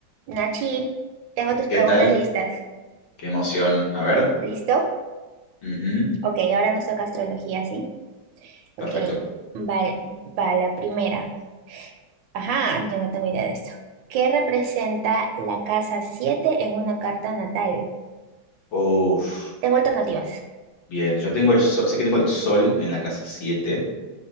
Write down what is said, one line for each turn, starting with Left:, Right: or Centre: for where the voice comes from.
Right: Nachi, tengo tus preguntas
Left: ¿Qué tal?
Right: listas.
Left: Qué emoción. A ver.
Right: ¿Listo?
Left: Ujú,
Right: Ok, ahora nos toca astrología, ¿sí? Ok,
Left: Perfecto.
Right: va, va la primera. Ajá, yo no tengo idea de esto. ¿Qué representa la casa 7 en una carta natal?
Left: Uf,
Right: Tengo alternativas.
Left: bien. Yo tengo el sol, sé que tengo el sol en la casa siete